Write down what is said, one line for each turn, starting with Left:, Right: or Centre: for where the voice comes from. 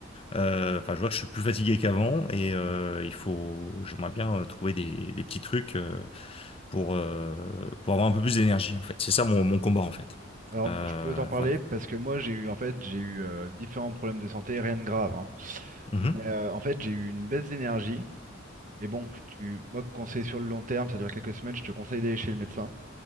Left: Euh, Enfin, je vois que je suis plus fatigué qu'avant. Et euh, il faut, j'aimerais bien euh, trouver des, des petits trucs euh, pour, euh, pour avoir un peu plus d'énergie, en fait. C'est ça mon, mon combat, en fait.
Right: Alors
Left: Euh,
Right: je peux t'en parler
Left: voilà.
Right: parce que moi j'ai eu en fait j'ai eu euh, différents problèmes de santé, rien de grave. hein.
Left: Mhm.
Right: Mais euh, en fait j'ai eu une baisse d'énergie. Et bon, je- tu, moi conseil sur le long terme, ça dure quelques semaines, je te conseille d'aller chez le médecin.